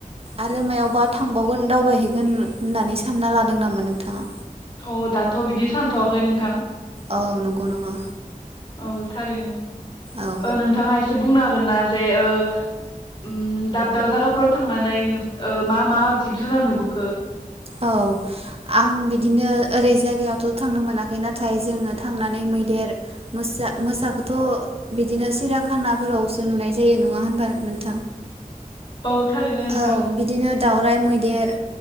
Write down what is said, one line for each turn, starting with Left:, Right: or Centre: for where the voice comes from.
Right: आरो मायावबा थांबावगोन दावबायहैगोन होननानै सानना लादों नामा नोंथाङा?
Left: अ दाथ' बिदि सानथवाखै नोंथां
Right: औ नगौ नामा?
Left: ओ थारैनो
Right: औ
Left: ओ नोंथाङा एसे बुंनो हागोनना जे ओ उम दाब दाब जायगाफोराव थांनानै नोस मा मा जिब जुनार नुबोखो?
Right: औ आं बिदिनो ओरै जायगायावथ' थांनो मोनाखै नाथाय जोङो थांनानै मैदेर, मोसा, मोसाखौथ' बिदिनो सिराखानाफोरावसो नुनाय जायो नङा होनबा नोंथां?
Left: औ थारैनो नोंथां।
Right: औ बिदिनो दावराइ मैदेर